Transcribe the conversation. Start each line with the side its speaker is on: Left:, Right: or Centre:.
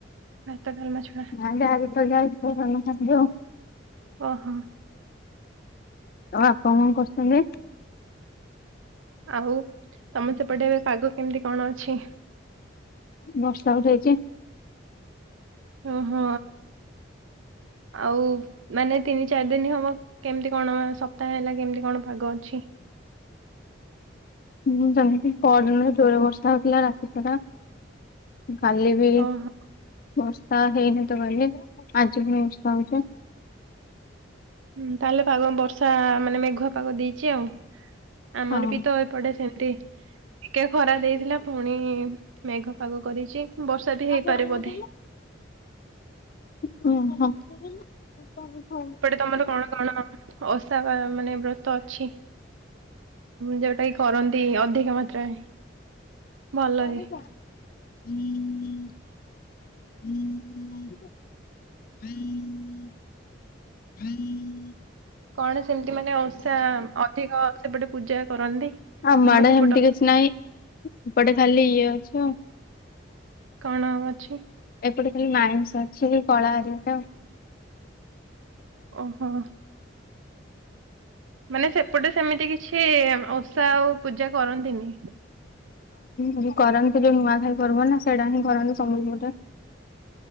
Right: ଭାତ ଡାଲମା ଛଡ଼ା।
Left: ନାଁ ଯା ଯେତେ ବେଳେ ଥାଏ ସେତେ ବେଳେ ସେଇଆ ଖାଆନ୍ତି ଆଉ।
Right: ଓହୋ।
Left: ଆଉ ଆପଣ କଣ କରୁଛନ୍ତି?
Right: ଆଉ ତମେ ସେପଟେ ଏବେ ପାଗ କେମିତି କଣ ଅଛି?
Left: ବର୍ଷା ଉଠେଇଛି।
Right: ଓହଁ ଆଉ ମାନେ ତିନି ଚାରି ଦିନ ହବ କେମିତି କଣ ସପ୍ତାହ ହେଲା କେମିତି କଣ ପାଗ ଅଛି?
Left: ହୁଁ ଯେମିତି ପରଦିନ ଜୋର ବର୍ଷା ହେଉଥିଲା ରାତି ସାରା। କାଲି ବି
Right: ଓହୋ
Left: ବର୍ଷା ହେଇନି ତ କାଲି। ଆଜି ବି ବର୍ଷା ହଉଛି।
Right: ହୁଁ ତାହେଲେ ପାଗ ବର୍ଷା ମାନେ ମେଘୁଆ ପାଗ ଦେଇଛି ଆଉ। ଆମର
Left: ହଁ।
Right: ବି ତ ଏପଟେ ସେମତି ଟିକେ ଖରା ଦେଇଥିଲା। ପୁଣି ମେଘ ପାଗ କରିଛି। ବର୍ଷା ବି
Left: ଅ
Right: ହେଇପାରେ
Left: ହଁ।
Right: ବୋଧେ
Left: <unintelligible>
Right: ସେପଟେ ତମର କଣ କଣ ଓସା ବା ମାନେ ବ୍ରତ ଅଛି? ଯୋଉଟା କି କରନ୍ତି ଅଧିକ ମାତ୍ରାରେ। ଭଲରେ
Left: କଣ କ <unintelligible> ହୁଁ ହୁଁ <inaudible> ହୁଁ ହୁଁ <inaudible>
Right: କଣ ସେମିତି ମାନେ ଓଷା ଅଧିକ ସେପଟେ ପୂଜା କରନ୍ତି?
Left: ଆମ
Right: ତମ
Left: ଆଡେ
Right: ସେପଟ
Left: ହେମିତି କିଛି ନାହିଁ। ଏପଟେ ଖାଲି ଇଏ ଅଛି ଆଉ।
Right: କଣ ଅଛି?
Left: ଏପଟେ ଖାଲି ମାଇନ୍ସି ଅଛି। କଳା ହରିକା ଆଉ
Right: ଓହୋ। ମାନେ ସେପଟେ ସେମିତି କିଛି ଓଷା ଆଉ ପୂଜା କରନ୍ତିନି?
Left: ହଁ କରନ୍ତି। ଯୋଉ ନୂଆ ଖାଇ ପରବ ନା ସେଇଟା ହିଁ କରନ୍ତି। ସମ୍ବଲପୁ ପଟେ